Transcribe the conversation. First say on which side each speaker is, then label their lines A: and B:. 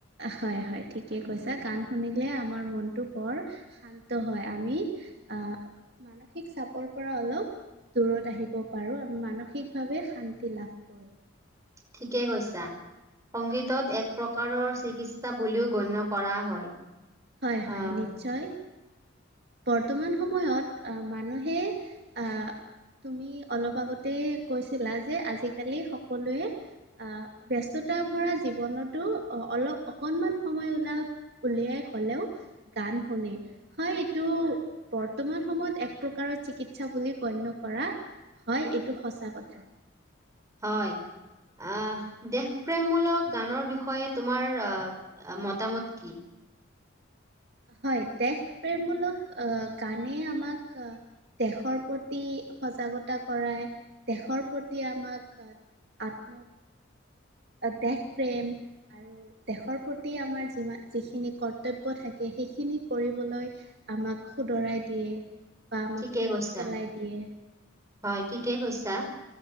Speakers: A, on the right; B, on the right.
A: হয়, হয় ঠিকেই কৈছা। গান শুনিলে আমাৰ মনটো বৰ শান্ত হয়, আমি আহ মানসিক চাপৰ পৰা অলপ দূৰত আহিব পাৰোঁ, আমি মানসিকভাৱে শান্তি লাভ কৰোঁ।
B: ঠিকেই কৈছা। সংগীতক এক প্ৰকাৰৰ চিকিৎসা বুলিও গণ্য কৰা হয়।
A: হয়, হয়
B: আহ
A: নিশ্চয়। বৰ্তমান সময়ত মানুহে আহ তুমি অলপ আগতে কৈছিলা যে আজিকালি সকলোৱে আহ ব্যস্ততা ভৰা জীৱনতো অলপ অকনমান সময় ওলাও উলিয়াই হলেওঁ গান শুনে। হয় এইটো বৰ্তমান সময়ত এক প্ৰকাৰৰ চিকিৎসা বুলি গণ্য কৰা হয় এইটো সঁচা কথা।
B: হয়। আহ দেশপ্ৰেমমূলক গানৰ বিষয়ে তোমাৰ আহ মতামত কি।
A: হয় দেশ প্ৰেমমূলক আহ গানেই আমাক। দেশৰ প্ৰতি সজাগতা কৰাই দেশৰ প্ৰতি আমাক। আহ আত্ম। দেশ প্ৰেম আৰু। আৰু দেশৰ প্ৰতি আমাৰ যিমা যিখিনি কৰ্তব্য থাকে সেইখিনি কৰিবলৈ। আমাক শুদ্ধৰাই দিয়ে। বা আমাক
B: ঠিকে
A: মনত
B: কৈছা
A: পেলাই দিয়ে
B: হয় ঠিকে কৈছা।